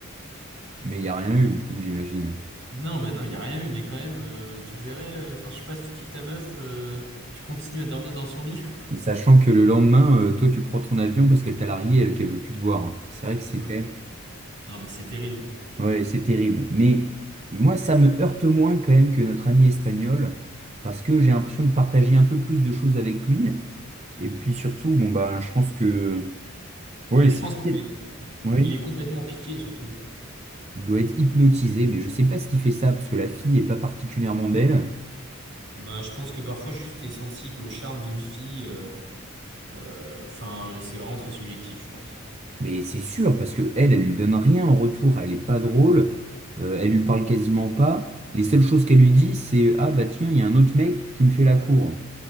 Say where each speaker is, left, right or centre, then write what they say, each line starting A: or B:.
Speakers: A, on the right; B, on the right.
A: Mais il n'y a rien eu, du coup, j'imagine.
B: Non, bah, non, il n'y a rien eu, mais quand même, euh, tu te verrais, euh, enfin, je sais pas, si tu quittes ta meuf, euh, tu continues à dormir dans son lit. <laughs>
A: Sachant que le lendemain, euh, toi, tu prends ton avion parce qu'elle t'a largué et qu'elle veut plus te voir. C'est vrai que c'est
B: Ouais.
A: quand même...
B: Non, mais c'est terrible.
A: Ouais, c'est terrible. Mais moi, ça me heurte moins quand même que notre ami espagnol parce que j'ai l'impression de partager un peu plus de choses avec lui. Et puis surtout, bon, bah, je pense que... Ouais,
B: Et
A: c'est...
B: je pense qu'il est,
A: Oui,
B: il est complètement piqué, surtout.
A: il doit être hypnotisé, mais je sais pas ce qui fait ça parce que la fille est pas particulièrement belle.
B: Bah, je pense que parfois, juste, t'es sensible au charme d'une fille, euh, euh, enfin, et c'est vraiment très subjectif, je pense.
A: Mais c'est sûr, parce que elle, elle lui donne rien en retour, elle est pas drôle, euh, elle lui parle quasiment pas. Les seules choses qu'elle lui dit, c'est Ah bah tiens, il y a un autre mec qui me fait la cour.